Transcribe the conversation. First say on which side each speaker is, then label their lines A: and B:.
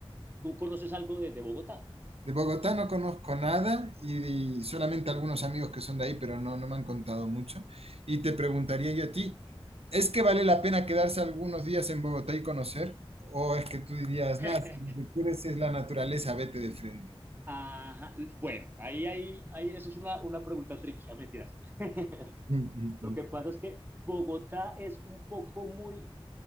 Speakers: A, on the right; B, on the right.
A: ¿Tú conoces algo de, de Bogotá?
B: De Bogotá no conozco nada y, y solamente algunos amigos que son de ahí, pero no, no me han contado mucho. Y te preguntaría yo a ti, ¿es que vale la pena quedarse algunos días en Bogotá y conocer? ¿O es que tú dirías,
A: <laughs>
B: nada, si lo que quieres es la naturaleza, vete de frente?
A: Ajá, bueno, ahí, ahí, ahí, eso es una, una pregunta tricky, ah, mentiras. <laughs>
B: Mm, mm,
A: Lo que
B: mm.
A: pasa es que Bogotá es un poco muy,